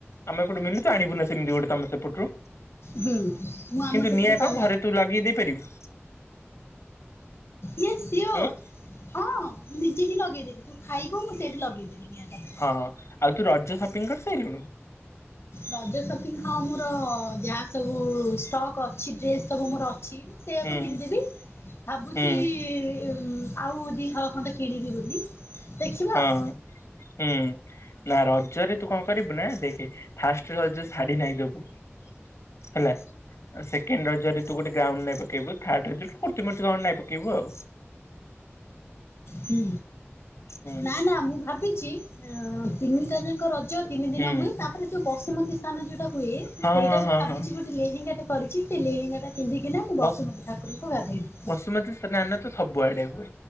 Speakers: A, on the left (about 80°); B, on the left (about 65°).
A: ଆମ ଏପଟୁ ମିଳୁନି ତ! ଆଣିବୁ ନା ସେମତି ଗୋଟେ ତମ ସେପଟରୁ।
B: ହୁଁ ମୁଁ ଆମ
A: କିନ୍ତୁ,
B: ସେପଟୁ
A: ନିଆଁ
B: ପାନ
A: କଣ ଘରେ ତୁ ଲଗେଇ ଦେଇ ପାରିବୁ!
B: ୟେସ୍ ସିଓର
A: ଉଁ
B: ହଁ, ମୁଁ ନିଜେ ହିଁ ଲଗେଇଦେବି। ତୁ ଖାଇବୁ ମୁଁ ସେଇଠି ଲଗେଇଦେବି ନିଆଁଟା।
A: ହଁ, ଆଉ ତୁ ରଜ ସପିଂ କରିସାଇଲୁଣୁ?
B: ରଜ ସପିଙ୍ଗ୍ ହଁ, ମୋର ଯାହା ସବୁ ଷ୍ଟକ୍ ଅଛି, ଡ୍ରେସ୍ ସବୁ ମୋର ଅଛି <inaudible> ସେୟାକୁ
A: ହୁଁ
B: ପିନ୍ଧିବି ଭାବୁଛି-ଇ
A: ହୁଁ
B: ଇମ୍ ଆଉ ଦି ହଳ ଖଣ୍ଡେ କିଣିବି ବୋଲି। ଦେଖିବା
A: ହଁ।
B: ଆଉ।
A: ହୁଁ, ନା ରଜରେ ତୁ କଣ କରିବୁ ନା, ଦେଖେ ଫାଷ୍ଟରେ ରଜ ଶାଢୀ ନାଇଦବୁ। ହେଲା। ସେକଣ୍ଡ ରଜରେ ତୁ ଗୋଟେ ଗାଉନ୍ ନାଇ ପକେଇବୁ, ଥାର୍ଡ ରଜ କୁର୍ତ୍ତିମୂର୍ତି କଣ ନାଇ ପକେଇବୁ ଆଉ।
B: ହୁଁ
A: ହୁଁ
B: ନା ନା ମୁଁ ଭାବିଛି ତିନିଟା ଯାଙ୍କ ରଜ ତିନି ଦିନ
A: ହୁଁ
B: ହୁଏ ତାପରେ ଯୋଉ ବସୁମତୀ ସ୍ଥାନ ଯୋଉଟା ହୁଏ
A: ହଁ
B: ସେଇଟା
A: ହଁ
B: ବି
A: ହଁ
B: ଭାବିଛି
A: ହଁ
B: ଗୋଟେ ଲେହେଙ୍ଗା ଟା କରିଛି ସେ ଲିହିଙ୍ଗାଟା ପିନ୍ଧିକିନା ମୁଁ ବସୁମତୀ
A: ବସ
B: ଠାରଙ୍କୁ ଗାଧେଇଦବି।
A: ବସୁମତୀ ସ୍ନାନ ତ ସବୁଆଡେ ହୁଏ।